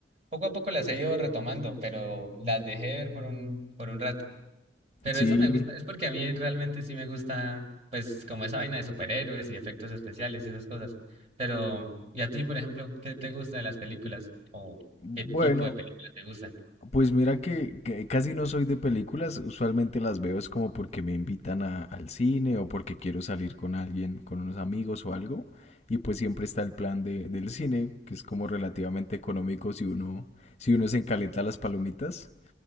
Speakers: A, on the right; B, on the left.
A: poco a poco las he ido retomando, pero las dejé de ver por un, por un rato. Pero
B: Sí,
A: eso me gusta, es porque a mí realmente sí me gusta, pues, como esa vaina de superhéroes y efectos especiales y esas cosas. Pero, ¿y a ti, por ejemplo, qué te gusta de las películas? ¿O
B: bueno,
A: qué tipo de películas te gustan? <laughs>
B: Pues mira que, que casi no soy de películas, usualmente las veo es como porque me invitan a- al cine o porque quiero salir con alguien, con unos amigos o algo, y pues siempre está el plan de, del cine, que es como relativamente económico si uno, si uno se encaleta las palomitas,